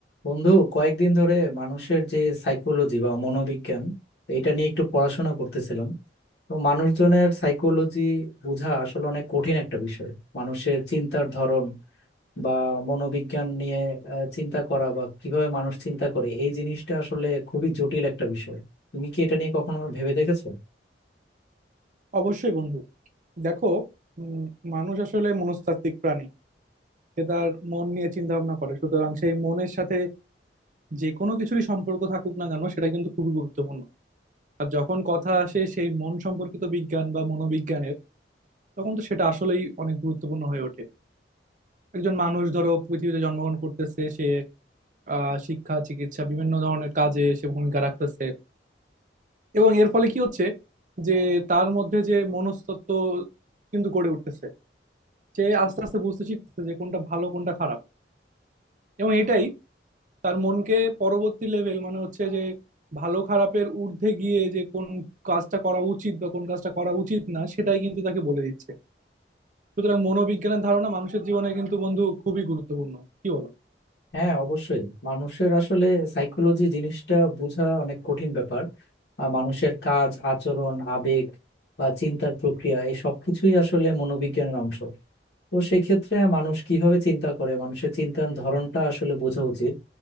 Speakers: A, on the left; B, on the right.
A: বন্ধু কয়েকদিন ধরে মানুষের যে সাইকোলজি বা মনোবিজ্ঞান এটা নিয়ে একটু পড়াশোনা করতেছিলাম তো মানুষজনের সাইকোলজি বোঝা আসলে অনেক কঠিন একটা বিষয় মানুষের চিন্তার ধরন বা মনোবিজ্ঞান নিয়ে আহ, চিন্তা করা বা কিভাবে মানুষ চিন্তা করে এই জিনিসটা আসলে খুবই জটিল একটা বিষয় তুমি কি এটা নিয়ে কখনো ভেবে দেখেছো
B: অবশ্যই বন্ধু দেখো উম, মানুষ আসলে মনস্তাত্ত্বিক প্রাণী সে তার মন নিয়ে চিন্তা ভাবনা করে সুতরাং সেই মনের সাথে যে কোনো কিছুরই সম্পর্ক থাকুক না কেন সেটা কিন্তু খুবই গুরুত্বপূর্ণ আর যখন কথা আসে সেই মন সম্পর্কিত বিজ্ঞান বা মনোবিজ্ঞানের তখন তো সেটা আসলেই অনেক গুরুত্বপূর্ণ হয়ে ওঠে একজন মানুষ ধরো পৃথিবীতে জন্মগ্রহণ করতেছে সে আহ শিক্ষা চিকিৎসা বিভিন্ন ধরনের কাজে সে ভূমিকা রাখতেছে এবং এর ফলে কি হচ্ছে যে তার মধ্যে যে মনস্তত্ত্ব কিন্তু গড়ে উঠতেছে সে আস্তে আস্তে বুঝতে শিখতেছে যে কোনটা ভালো কোনটা খারাপ এবং এটাই তার মনকে পরবর্তী লেভেল মানে হচ্ছে যে ভালো খারাপের ঊর্ধ্বে গিয়ে যে কোন কাজটা করা উচিত বা কোন কাজটা করা উচিত না সেটাই কিন্তু তাকে বলে দিচ্ছে সুতরাং মনোবিজ্ঞানের ধারণা মানুষের জীবনে কিন্তু বন্ধু খুবই গুরুত্বপূর্ণ কি বলো
A: হ্যাঁ অবশ্যই মানুষের আসলে সাইকোলজি জিনিসটা বোঝা অনেক কঠিন ব্যাপার আর মানুষের কাজ আচরণ আবেগ বা চিন্তার প্রক্রিয়া এই সব কিছুই আসলে মনোবিজ্ঞানের অংশ তো সেক্ষেত্রে মানুষ কিভাবে চিন্তা করে মানুষের চিন্তার ধরনটা আসলে বোঝা উচিত